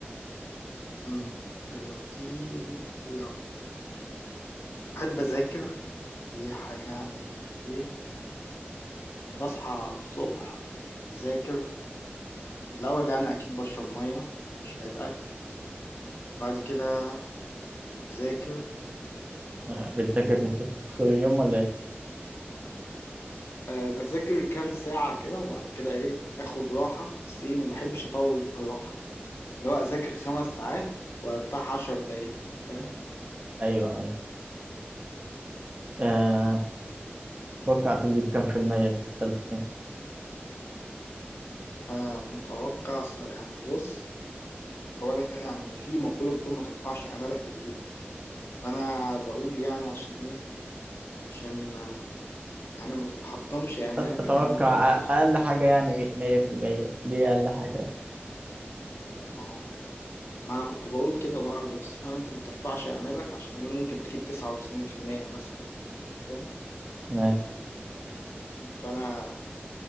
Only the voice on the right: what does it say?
آه، بتذاكر من كتب طول اليوم ولا إيه؟
أيوه أيوه آه، تتوقع تجيب كام في المية في ثالثة سنة؟
أ- أتوقع
أقل حاجة يعني مية في المية دي أقل حاجة
تمام